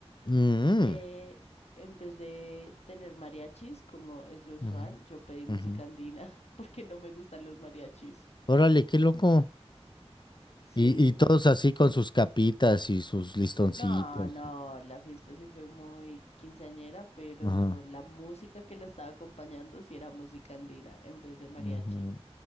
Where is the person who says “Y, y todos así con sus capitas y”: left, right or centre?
Left